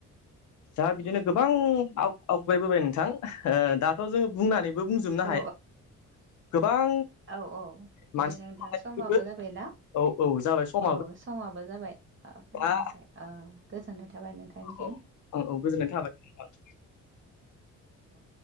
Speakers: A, on the left; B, on the right.
A: दा बिदिनो गोबां आवगायबोबाय नोंथां दाथ' जोङो बुंनानैबो बुंजोबनो
B: औ
A: हाया गोबां
B: औ औ
A: मानसिनि
B: दे नोंथां
A: थाखायबो
B: समाबो जाबाय ना।
A: औ औ जाबाय समाबो
B: औ समाबो जाबाय
A: दा
B: नाथाय गोजोननाय थाबाय नोंथांनिसिम
A: नोंथां औ औ गोजोननाय थाबाय
B: औ